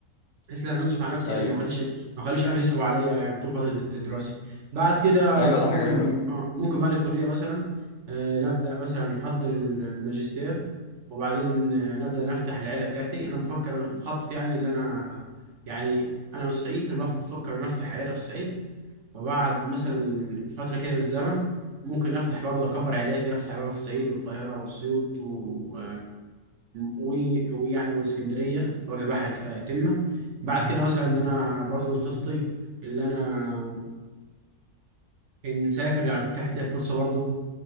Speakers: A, on the right; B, on the left.
A: بحيث لا نصرف على نفسي
B: أيوه
A: يعني ما اخليش ما اخليش اهلي يصرفوا عليا يعني طول فتره الدراسه بعد كده
B: أيوه ده
A: ممكن
B: حاجة حلوة
A: اه ممكن بعد الكليه مثلا آه نبدا مثلا نحضر الماجستير وبعدين آه نبدا نفتح العيله بتاعتي انا بفكر انا بخطط يعني اللي انا يعني انا من الصعيد فانا بفكر ان افتح عيله في الصعيد وبعد مثلا فترة كده من الزمن ممكن أفتح برضه أكبر عائلاتي أفتح بقى في الصعيد والقاهرة وأسيوط و... و- ويعني واسكندرية وأجي بحر ك- آه، تمة بعد كده مثلا إن أنا برضه من خططي اللي أنا نسافر يعني فتحت لي فرصة برضه